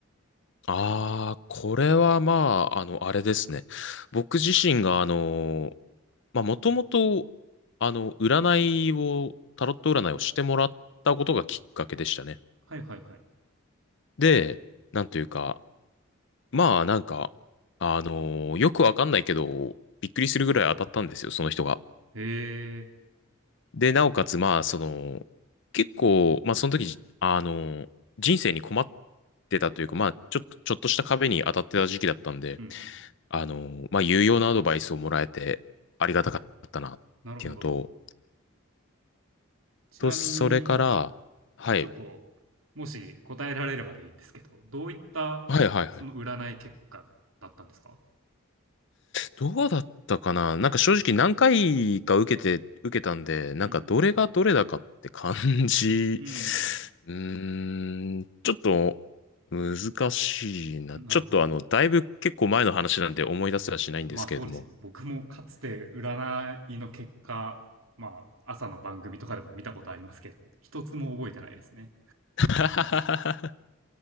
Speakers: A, on the left; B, on the right.
A: ああ、これはまあ、あの、あれですね。僕自身が、あの、まあ、もともと、あの、占いを、タロット占いをしてもらったことがきっかけでしたね。
B: はいはいはい。
A: で、なんというか、まあ、なんか、あの、よくわかんないけど、びっくりするぐらい当たったんですよ、その人が。
B: へえ、
A: で、なおかつ、まあ、その、結構、まあ、その時、あの、人生に困ってたというか、まあ、ちょっと、ちょっとした壁に当たってた時期だったんで、
B: うんうん。
A: あの、まあ、有用なアドバイスをもらえて、ありがたかったな、っていうのと、
B: なるほど。ちなみに、
A: と、それから、はい、
B: ちょっと、もし答えられればでいいんですけど、どういったその占い結果だったんですか
A: はいはいはい。どうだったかななんか正直何回か受けて、受けたんで、なんかどれがどれだかって感じ。
B: うんうん。
A: <laughs> うーん、ちょっと難しいな。
B: うん。なるほど。
A: ちょっとあの、だいぶ結構前の話なんで思い出すらしないんですけれども。
B: まあそうですよね。僕もかつて占いの結果、まあ朝の番組とかでも見たことありますけど、一つも覚えてないですね。
A: <laughs>